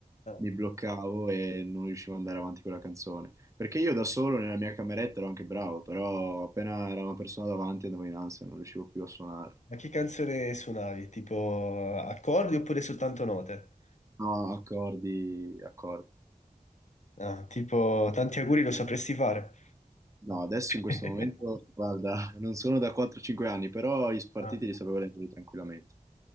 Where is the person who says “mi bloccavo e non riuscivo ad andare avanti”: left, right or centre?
Right